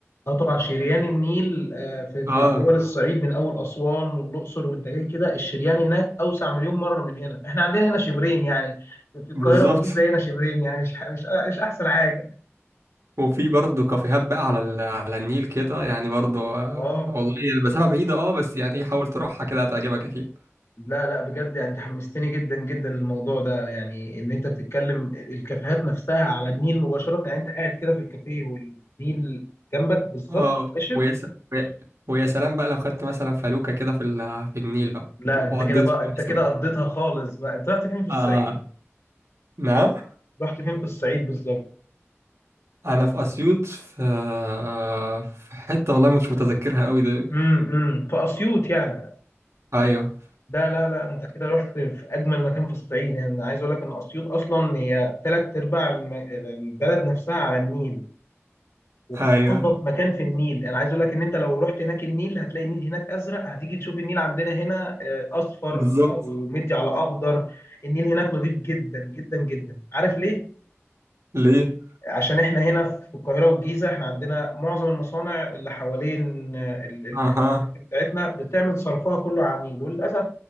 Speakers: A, on the left; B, on the right.
A: اه طبعا شريان النيل آه، في
B: اه
A: في دول الصعيد من اول اسوان والاقصر وانت جاي كده الشريان هناك اوسع مليون مره من هنا احنا عندنا هنا شبرين يعني في القاهره
B: بالظبط
A: والجيزه هنا شبرين يعني مش مش مش احسن حاجه
B: وفي برضه كافيهات بقى على ال... على النيل كده يعني برضه آه،
A: اه
B: والله هي المسافة بعيدة اه بس يعني إيه، حاول تروحها كده هتعجبك اكيد
A: لا لا بجد يعني انت حمستني جدا جدا للموضوع ده يعني ان انت بتتكلم الكافيهات نفسها على النيل مباشره يعني انت قاعد كده في الكافيه والنيل جنبك بالظبط
B: اه
A: مباشر
B: ويا س... ويا ويا سلام بقى لو خدت مثلا فلوكة كده في ال... في النيل بقى
A: لا
B: وقضيت
A: انت كده بقى
B: يوم
A: انت
B: مثلا
A: كده قضيتها خالص بقى انت رحت فين في الصعيد
B: آه نعم
A: رحت فين في الصعيد بالظبط
B: انا في اسيوط في في حتة والله مش متذكرها قوي ده
A: امم امم في اسيوط يعني
B: ايوه
A: ده لا لا انت كده رحت في اجمل مكان في الصعيد يعني أنا عايز اقول لك ان اسيوط اصلا هي ثلاث ارباع الم- البلد نفسها على النيل وفي
B: ايوه
A: انضف مكان في النيل انا عايز اقول لك ان انت لو رحت هناك النيل هتلاقي النيل هناك ازرق هتيجي تشوف النيل عندنا هنا آه، اصفر
B: بالظبط
A: او مدي على اخضر النيل هناك نظيف جدا جدا جدا عارف ليه
B: ليه
A: عشان احنا هنا في القاهرة والجيزة احنا عندنا معظم المصانع اللي حوالين آه، ال- ال-
B: اها
A: الأكل بتاعتنا بتعمل صرفها كله عميل وللأسف